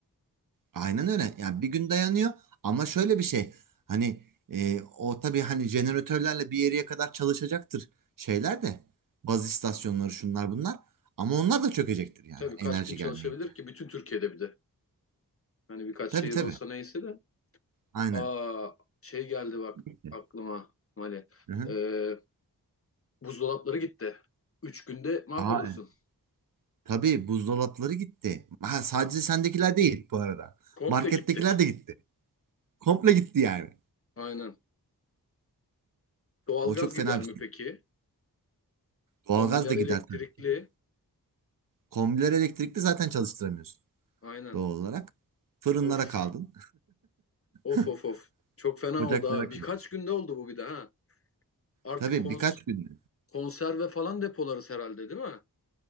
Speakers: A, on the right; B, on the left.
A: Aynen öyle. Yani bir gün dayanıyor ama şöyle bir şey. Hani e, o tabii hani jeneratörlerle bir yere kadar çalışacaktır şeyler de. Baz istasyonları şunlar bunlar. Ama onlar da çökecektir yani
B: Tabii
A: enerji
B: kaç gün çalışabilir
A: gelmeyince.
B: ki? Bütün Türkiye'de bir de. Hani birkaç
A: Tabii
B: şehir
A: tabii.
B: olsa neyse de.
A: Aynen.
B: Aa şey geldi bak
A: Gitti.
B: aklıma Mali.
A: Hı hı.
B: Ee, buzdolapları gitti. Üç günde mahvolursun.
A: Aa, e, tabii buzdolapları gitti. Ha, sadece sendekiler değil bu arada.
B: Komple
A: Markettekiler
B: gitti.
A: de gitti. Komple gitti yani.
B: Aynen. Doğalgaz
A: O çok
B: gider
A: fena bir
B: mi
A: şey.
B: peki?
A: Doğalgaz
B: Kombiler
A: da gider
B: elektrikli.
A: tabii ki. Kombiler elektrikli zaten çalıştıramıyorsun
B: Aynen.
A: doğal olarak. Fırınlara
B: Of
A: kaldın.
B: Of
A: <laughs>
B: of of. Çok fena
A: Ocaklara
B: oldu ha.
A: kadar.
B: Birkaç günde oldu bu bir de ha. Artık
A: Tabii
B: kons
A: birkaç günde.
B: konserve falan depolarız herhalde değil mi?